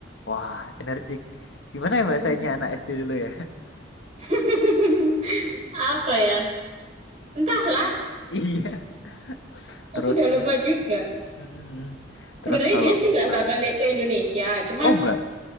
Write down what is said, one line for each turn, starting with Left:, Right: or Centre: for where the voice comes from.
Left: Wah, energik. Gimana
Right: Mhm.
Left: ya bahasanya anak SD dulu ya? <laughs>
Right: <laughs> Apa ya? Entahlah,
Left: Iya.
Right: aku
Left: Terus
Right: udah lupa
Left: nih.
Right: juga.
Left: mm, mm, mm.
Right: Sebenarnya
Left: Terus kalau
Right: dia sih nggak
Left: misalnya
Right: nggak balik ke Indonesia, cuman
Left: Oh enggak.